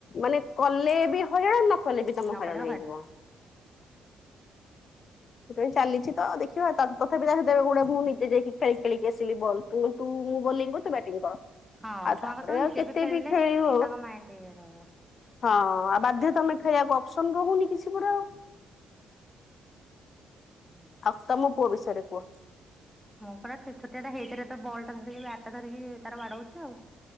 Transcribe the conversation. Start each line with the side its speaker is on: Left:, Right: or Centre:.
Left: ମାନେ କଲେ ବି ହଇରାଣ ନ କଲେ ବି ତମ
Centre: ନ
Left: ହଇରାଣ
Centre: କଲେ
Left: ହେଇଯିବ। ସେଥିପାଇଁ ଚାଲିଛି ତ ଦେଖିବା ତା ତଥାପି ତା ଏବେ ଗୋଡ଼େ ମୁଁ ନିଜେ ଯାଇକି ଖେଳ ଖେଳିକି ଆସିଲି ବଲ୍। ତୁ ତୁ ମୁଁ ବୋଲିଂ କରୁ ତୁ ବ୍ୟାଟିଂ କର।
Centre: ହଁ
Left: ଆଉ
Centre: ଛୁଆଙ୍କ
Left: ତାପରେ
Centre: ସହ
Left: ଆଉ
Centre: ନିଜେ
Left: କେତେ
Centre: ବି ଖେଳିଲେ
Left: ଖେଳିବ
Centre: ତାଙ୍କ ମାଇଣ୍ଡ୍ ଇଏ ରହିବ।
Left: ହଁ ଆଉ ବାଧ୍ୟ ତମେ ଖେଳିବାକୁ ଅପ୍ସନ୍ ରହୁନି କିଛି ପରା ଆଉ।
Centre: ହୁଁ।
Left: ଆଉ ତମ ପୁଅ ବିଷୟରେ କୁହ।
Centre: ମୋ ପୁଅଟା ତେ ଛୋଟିଆଟା ହେଇଥେରେ ତ ବଲ୍ ଟା ଧରିକି ବ୍ୟାଟ୍ ଟା ଧରିକି ହେ ତାର ବାଡ଼ଉଚୀ ଆଉ।